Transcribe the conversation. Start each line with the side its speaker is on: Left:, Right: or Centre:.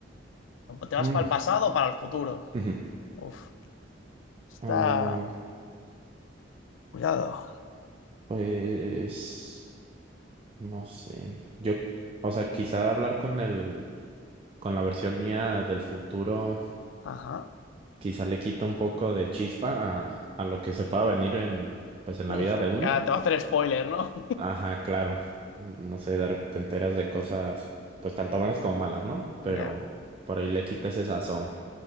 Left: ¿Te vas
Right: Mm,
Left: para el pasado o para el futuro?
Right: ujú.
Left: Uf, está...
Right: Ah,
Left: Cuidado.
Right: pues no sé. Yo, o sea, quizá hablar con el, con la versión mía del futuro.
Left: Ajá.
Right: quizá le quita un poco de chispa a, a lo que se pueda venir en, pues, en
Left: <laughs>
Right: la vida de uno.
Left: Ya, te va a hacer spoiler, ¿no?
Right: Ajá, claro. No sé, de rep- te enteras de cosas, pues, tanto buenas como malas, ¿no?
Left: <laughs>
Right: Pero
Left: Ya.
Right: por ahí le quita ese sazón.